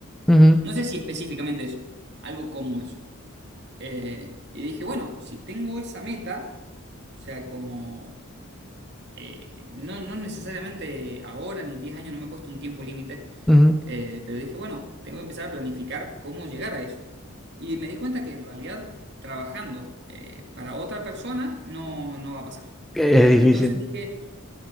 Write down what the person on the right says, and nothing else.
No sé si específicamente eso, algo como eso. Eh, y dije, bueno, si tengo esa meta, o sea, como eh, no, no necesariamente ahora ni en 10 años, no me he puesto un tiempo límite,
eh, pero dije, bueno, tengo que empezar a planificar cómo llegar a eso. Y me di cuenta que en realidad trabajando eh, para otra persona no, no va a pasar.
Entonces dije,